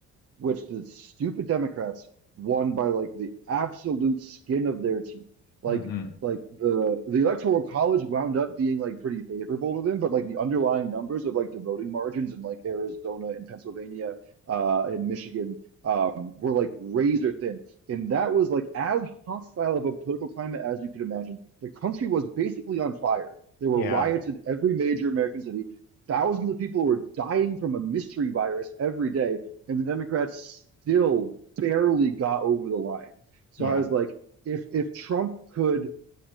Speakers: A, on the right; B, on the left.
A: which the stupid Democrats won by like the absolute skin of their teeth. Like
B: Mm-hmm.
A: like the the Electoral College wound up being like pretty favorable to them, but like the underlying numbers of like the voting margins in like Arizona and Pennsylvania uh and Michigan um were like razor thin. And that was like as hostile of a political climate as you could imagine. The country was basically on fire. There were
B: Yeah.
A: riots in every major American city. Thousands of people were dying from a mystery virus every day and the Democrats still barely got over the line. So
B: Yeah.
A: I was like, if if Trump could